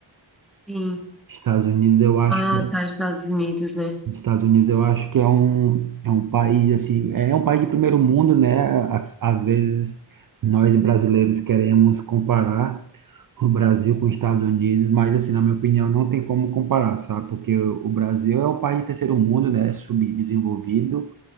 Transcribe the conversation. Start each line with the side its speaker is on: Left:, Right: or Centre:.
Centre: Sim.
Right: Estados Unidos eu acho
Centre: Ah,
Right: que
Centre: tá, Estados Unidos, né?
Right: Estados Unidos eu acho que é um é um país assim, é é um país de primeiro mundo, né? Às, às vezes nós brasileiros queremos comparar o Brasil com os Estados Unidos, mas assim, na minha opinião, não tem como comparar, sabe? Porque o o Brasil é um país de terceiro mundo, né? Subdesenvolvido,